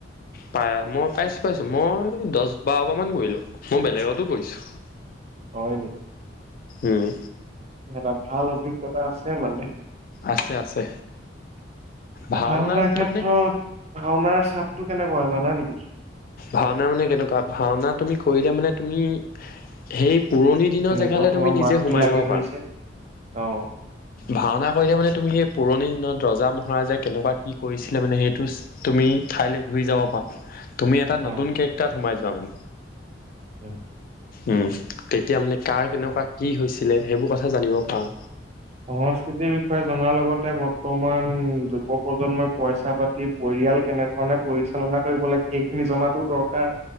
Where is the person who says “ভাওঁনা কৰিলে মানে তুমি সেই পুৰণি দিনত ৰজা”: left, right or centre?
Left